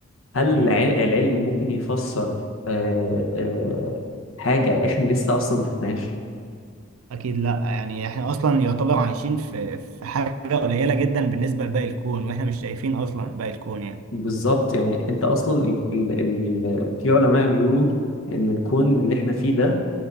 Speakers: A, on the left; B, on the right.
A: هل
B: مم.
A: الع- العلم ممكن يفسر آه، آه، حاجة احنا لسه اصلا ما شفناش
B: أكيد لأ يعني إحنا أصلا يعتبر عايشين في في حاجة قليلة جدا بالنسبة لباقي الكون وإحنا مش شايفين أصلا باقي الكون يعني
A: بالظبط يعني انت اصلا ال ال ال في علماء بيقولوا ان الكون اللي احنا فيه ده